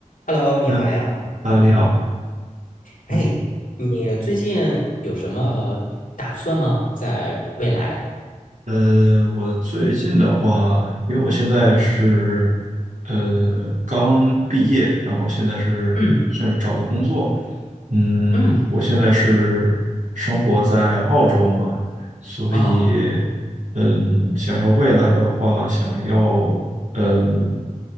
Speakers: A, on the left (about 90°); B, on the right (about 65°).
A: Hello，你好呀。
B: 嗯呃，你好。
A: 哎，
B: 嗯，
A: 你最近有什么打算吗？在未来？
B: 呃，我最近的话，因为我现在是呃刚毕业，然后现在是现在找到工作。
A: 嗯
B: 嗯，
A: 嗯
B: 我现在是生活在澳洲嘛，所以
A: 啊
B: 嗯，想要未来的话，想要嗯